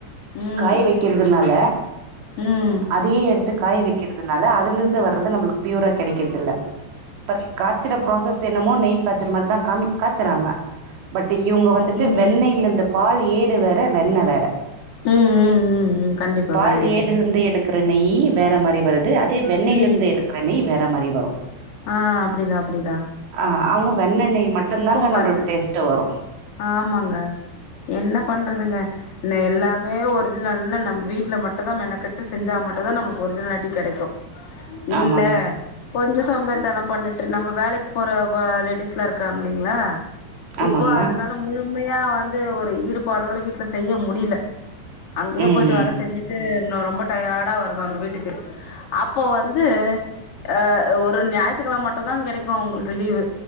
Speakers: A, on the left; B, on the right.
A: ம் ம்
B: காய வைக்கிறதுனால
A: ம்
B: அதையே எடுத்து காய வைக்கிற துனால அதுல இருந்து வர்றது நம்மளுக்கு ப்யூரா கிடைக்கறதில்ல பர் ச்சுற ப்ராசஸ் என்னமோ நெய் காச்சுற மாரிதா காமி காச்சறாங்க பட் இவுங்க வந்துட்டு
A: ம்
B: வெண்ணெய்யில இருந்து பால் ஏடு வேற வெண்ணெ வேற
A: ம் ம் ம் ம் கண்டிப்பா
B: பால்
A: கண்டிப்பா
B: ஏடிலருந்து எடுக் குற நெய் வேற மாரி வருது அதே வெண்ணெயில
A: ம்
B: இருந்து எடுக்கிற நெய் வேற மாரி வரு
A: ஆ அப்படிதா அப்படிதா
B: ஆ அவுங்க வெண்ண நெய் மட்டுந்தாங்க நம்மளுக்கு
A: பாருங்க
B: டேஸ்ட்டு வரு
A: ஆமாங்க என்ன பண்றதுங்க இன்ன எல்லாமே ஒரிஜினல்னா நம்ம வீட்ல மட் டு தா மெனக்கட்டு செஞ்சா மட்டும் தான் நமக்கு ஒரிஜினாலிட்டி கெடைக்கு இல்ல
B: ஆமாங்க
A: கொஞ்ச சோம்பேறி தன பண்ணிட்டு நம்ம வேலைக்கு போற லேடீஸ் எல்லா இருக்காங்க இல்லீங்களா
B: ஆமாங்க
A: இப்போ அதனால முழுமையா வந்து ஒரு ஈடுபாடோட வீட்ல செய்ய முடில அங்கயே
B: ம்
A: போய்ட்டு
B: ம்
A: வேலை செஞ்சு ட்டு ரொம்ப டயர்டா வருவாங்க வீட்டுக்கு அப்போ வந்து அ ஒ ஒரு ஞாயித்துக்கிழம மட்டுந்தா கெடைக்கு உங்களுக்கு லீவு